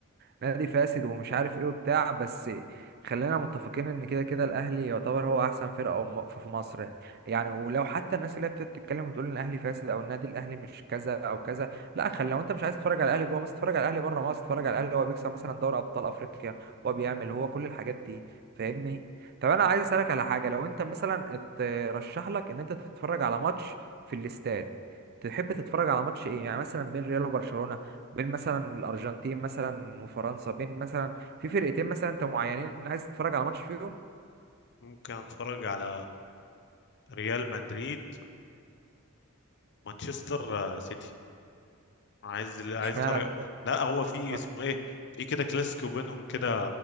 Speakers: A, on the right (about 45°); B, on the left (about 55°).
A: نادي فاسد ومش عارف ايه وبتاع بس خلينا متفقين ان كده كده الاهلي يعتبر هو احسن فرقه م- في مصر يعني ولو حتى الناس اللي هي بتقعد تتكلم وتقول ان الاهلي فاسد او النادي الاهلي مش كذا او كذا لا خلي لو انت مش عايز تتفرج على الاهلي جوه مصر اتفرج على الاهلي بره مصر اتفرج على الاهلي هو بيكسب مثلا دوري ابطال افريقيا هو بيعمل هو كل الحاجات دي فاهمني طب انا عايز اسالك على حاجه لو انت مثلا اترشح لك ان انت تتفرج على ماتش في الاستاد تحب تتفرج على ماتش ايه يعني مثلا بين ريال وبرشلونة بين مثلا الارجنتين مثلا وفرنسا بين مثلا في فرقتين مثلا انت معينين عايز تتفرج على ماتش فيهم
B: ممكن اتفرج على ريال مدريد ومانشستر سيتي عايز عايز
A: اشمعنى
B: اتفرج
A: بقى ريال
B: لا هو في
A: وبرشلونة؟
B: اسمه ايه في كده كلاسيكو بينهم كده